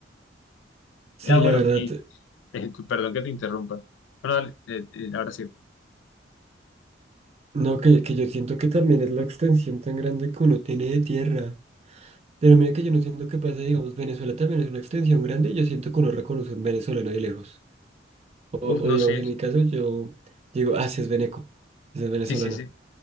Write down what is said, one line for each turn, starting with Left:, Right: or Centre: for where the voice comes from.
Right: sí,
Left: Ya, bueno,
Right: la verdad.
Left: y Eh, tu- Perdón que te interrumpa. Bueno, dale, eh, eh, ahora sí.
Right: No, que, que yo siento que también es la extensión tan grande que uno tiene de tierra. Pero mira que yo no siento que pase, digamos, Venezuela también es una extensión grande, yo siento que uno reconoce un venezolano de lejos. O,
Left: Uf,
Right: o
Left: no,
Right: digamos,
Left: sí,
Right: en
Left: sí,
Right: mi caso, yo digo, ah, sí es veneco, sí es venezolana.
Left: sí, sí, sí,